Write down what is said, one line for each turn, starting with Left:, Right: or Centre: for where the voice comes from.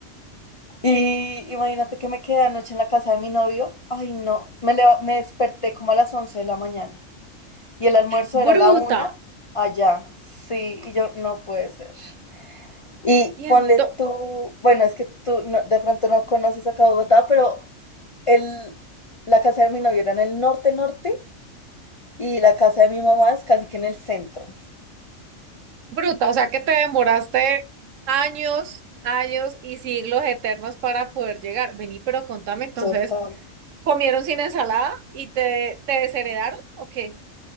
Left: Y imagínate que me quedé anoche en la casa de mi novio. Ay, no. Me, leva- me desperté como a las 11 de la mañana. Y el almuerzo
Right: Bruta.
Left: era a la una allá. Sí, y yo, no puede ser. Y
Right: Y ento-
Left: ponle tú, bueno, es que tú no- de pronto no conoces acá Bogotá, pero el, la casa de mi novio era en el norte norte Y la casa de mi mamá es casi que en el centro.
Right: bruta, o sea que te demoraste años, años y siglos eternos para poder llegar. Vení, pero contame entonces,
Left: Total.
Right: ¿comieron sin ensalada y te, te desheredaron? o qué